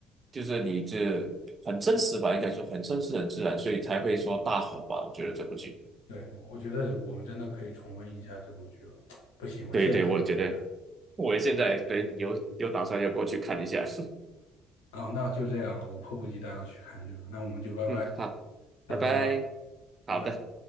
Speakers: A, on the right (about 30°); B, on the left (about 70°).
A: 就是你这很真实吧，应该说很真实、很自然，所以才会说大火吧。我觉得这部剧，
B: 对，我觉得我们真的可以重温一下这部剧了。<tsk> 不行，我现在就要去看。
A: 对对，我觉得我现在可能有有打算要过去看一下。<laughs>
B: 啊，那就这样了，我迫不及待要去看剧了。那我们就拜拜，
A: 嗯，好，拜拜，
B: 下次再聊，
A: 好的。
B: 拜拜。